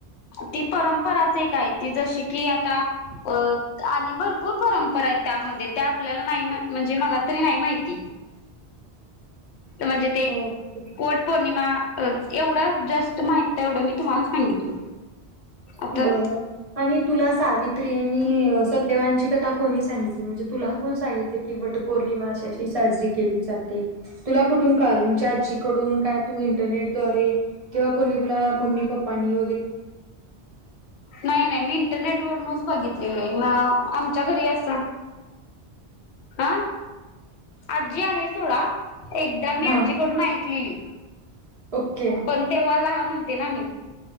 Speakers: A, on the left; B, on the right.
A: ती परंपराच आहे काय त जशी कि आता अ आणि भरपूर परंपरा आहेत त्यामध्ये त्या आपल्याला नाही म्हणजे मला तरी नाही माहिती म्हणजे ते
B: ओके.
A: पट पौर्णिमा एवढा जस्ट माहित आहे एवढं मी तुम्हाला सांगितलं आता
B: बर आणि तुला सावित त्रिया वची कथा कोणी सितली म्हणे तु को सित कीट पौर्णि साजरी केली जाते तुला कु क म्हणजे आजडून का इंरारेिवा त्नी <unintelligible>
A: नाही नाही मी इंटरनेट वरूनच बघितली हे म आमच्या घरी अस ह आजी आहे सोडा एकदा मी
B: हा
A: आजीकडून ऐकलेली
B: ओके.
A: कोणतेेवाला होते ना मी